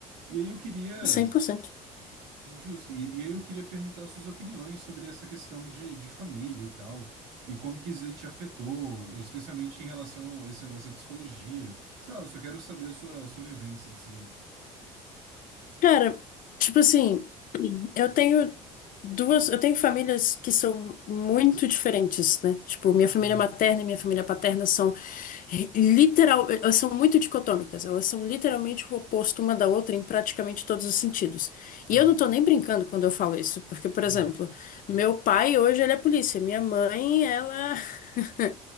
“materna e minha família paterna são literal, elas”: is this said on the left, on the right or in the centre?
Left